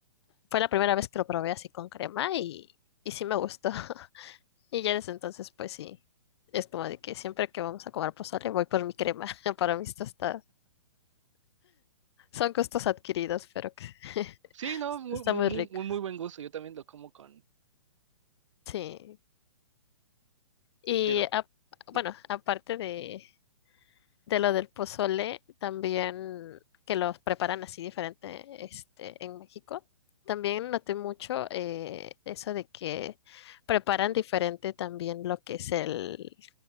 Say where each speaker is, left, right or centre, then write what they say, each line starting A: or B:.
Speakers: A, on the left; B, on the right.
A: fue la primera vez que lo probé así con crema y, y sí me gustó. <laughs> Y ya desde entonces, pues sí, es como de que siempre que vamos a comer pozole voy por mi crema <laughs> para mis tostadas. Son costos adquiridos, pero que <laughs>
B: Sí, no, muy,
A: está
B: muy,
A: muy
B: muy,
A: rico.
B: muy muy buen gusto, yo también lo como con,
A: Sí. Y
B: pero,
A: a- bueno,
B: mm,
A: aparte de, de lo del pozole, también que los preparan así diferente este, en México. También noté mucho eh, eso de que preparan diferente también lo que es el,